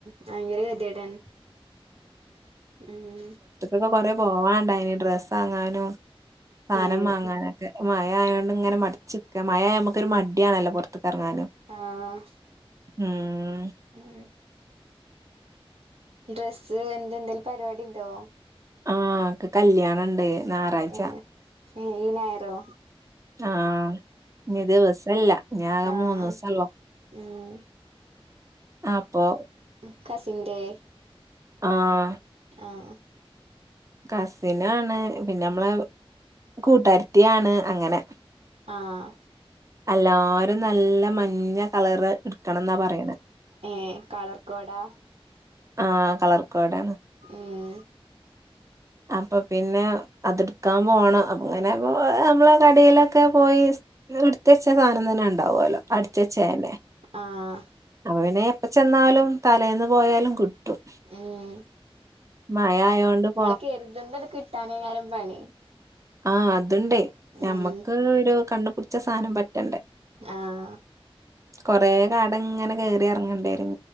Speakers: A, on the right (about 85°); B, on the right (about 30°).
A: ഭയങ്കര ഗതിടാൻ ഉം
B: ഇപ്പകൊറ പോവാനണ്ടായിന് ഡ്രസ്സ് വാങ്ങാനും സാധനം
A: ഏഹ്
B: മാങ്ങാനൊക്കെ മയ ആയോണ്ട് ഇങ്ങനെ മടച്ച്ക്ക മയാമുക്ക് ഒരു മടിയണല്ലോ പൊറത്തക്ക് എറങ്ങന്
A: ആഹ്
B: ഉം
A: ഉം ഡ്രസ്സ് എന്ത എന്തെിലും പരിപാടി ഉണ്ടോ
B: ആഹ് ക്ക് കല്യാണണ്ട് ഞായറാഴ്ച
A: ഏഹ് ഈ നെരോ
B: ആഹ് ഇനി ദിവസല്ല ഞ്ഞി ആകെ
A: ആഹ്
B: മൂന്നുസൊള്ളു
A: ഉം
B: അപ്പൊ
A: ഉം കസിന്റെ
B: ആഹ്
A: ആഹ്
B: കസിനാണ് പിന്നെ നമ്മളെ കൂട്ടരത്തിയാണ് അങ്ങനെ
A: ആഹ്
B: എല്ലാരും നല്ല മഞ്ഞ കളറ് എടുക്കണംന്നാ പറയണെ
A: ഏഹ് കളർക്കോടാ
B: ആഹ് കളർ കോഡാണ്
A: ഏഹ്
B: അപ്പൊ പിന്നെ അത് എടുക്കാൻ പോണം അ അങ്ങനെപ്പോ നമ്മള കടയിലൊക്കെ പോയി ഇട്ത്തെച്ചെ സാധനം തന്നെ ഉണ്ടാവൊ ലൊ അട്ച്ച് ച്ചതെന്നെ
A: ആഹ്
B: അപ്പൊ പിന്നെ എപ്പൊ ചെന്നാലും തലേന്ന് പോയാലും കിട്ടും
A: ഉം
B: മയാ ആയൊണ്ടും
A: കെരുന്തുന്ന കിട്ടാനേകാരം പണി
B: ആഹ് അത്ണ്ടേ ഞമ്മക്ക്
A: ഉം
B: ഒരു കണ്ണ്പുടിച്ച സാധനം പറ്റണ്ടേ
A: ആഹ്
B: കൊറെേ കാട ഇങ്ങനെ കയറി ഇറങ്ങണ്ടിവരും